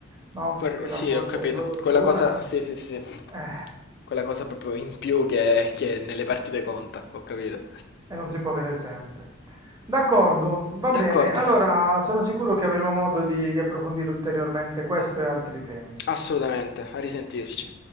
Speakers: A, on the right; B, on the left.
A: no?
B: Quel-
A: Quella
B: sì,
A: botta
B: ho capito.
A: di fortuna.
B: Quella cosa, sì, sì, sì, sì.
A: Eh,
B: Quella cosa proprio in più che, che nelle partite conta, ho capito.
A: e non si può avere sempre. D'accordo, va
B: D'accordo,
A: bene. Allora, sono sicuro che avremo modo di, di approfondire ulteriormente questo e altri temi.
B: assolutamente, a risentirci.